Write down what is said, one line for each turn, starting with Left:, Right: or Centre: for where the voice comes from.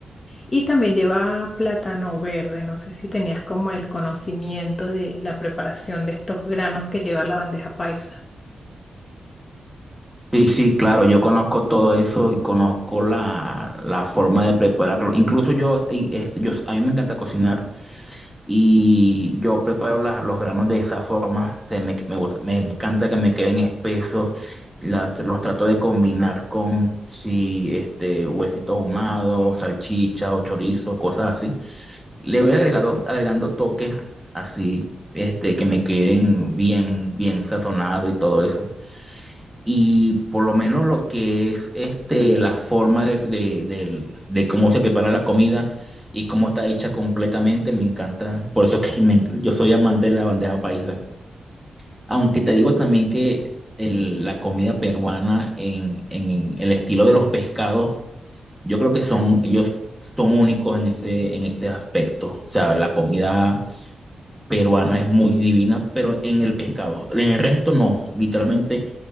Left: Y también lleva plátano verde. No sé si tenías como el conocimiento de la preparación de estos granos que lleva la bandeja paisa.
Centre: Sí, sí, claro, yo conozco todo eso y conozco la, la forma de prepararlo. Incluso yo, y, este, yo, a mí me encanta cocinar y yo preparo la- los granos de esa forma. Se me, me gusta- me encanta que me queden espesos. La- los trato de combinar con si este huesitos ahumados, salchicha o chorizo, cosas así. Le voy agregado, agregando toques así, este, que me queden bien, bien sazonados y todo eso. Y por lo menos lo que es este, la forma de, de, del- de cómo se prepara la comida y cómo está hecha completamente, me encanta. Por eso que <laughs> me- yo soy amante de la bandeja paisa. Aunque te digo también que el- la comida peruana en, en el estilo de los pescados, yo creo que son, ellos son únicos en ese, en ese aspecto. O sea, la comida peruana es muy divina, pero en el pescado. En el resto no, literalmente